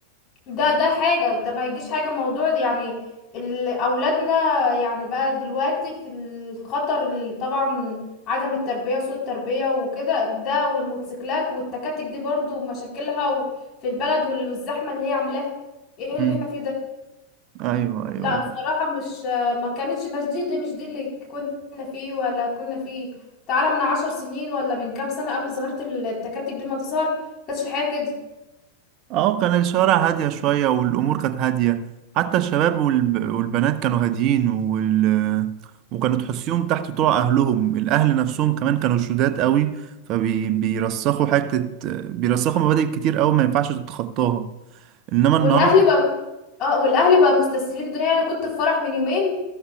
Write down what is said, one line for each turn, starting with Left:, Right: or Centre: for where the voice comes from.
Left: ده ده حاجة ده ما يجيش حاجة موضوع ده يعني ال- أولادنا يعني بقى دلوقتي في الخطر اللي طبعا عدم التربية وسوء التربية وكده ده والموتوسيكلات والتكاتك دي برضو مشاكلها و- في البلد وال- والزحمة اللي هي عاملاها ايه اللي
Right: مم.
Left: احنا فيه ده
Right: أيوه أيوه
Left: لا بصراحة مش ما كانتش مش دي, دي مش دي اللي كنا فيه ولا كنا فيه تعالى من عشر سنين ولا من كام سنة قبل ظاهرة التكاتك دي ما تظهر كانتش الحياة كده
Right: اه كان الشوارع هادية شوية والأمور كانت هادية حتى الشباب والب... والبنات كانوا هاديين وال... وكانوا تحسيهم تحت طوع أهلهم الأهل نفسهم كمان كانوا شداد قوي فبيرسخوا حتة بيرسخوا مبادئ كتير قوي ما ينفعش تتخطاها إنما
Left: والاهل
Right: النهاردة
Left: بقى اه والاهل بقى مستسهلين الدنيا يعني انا كنت في فرح من يومين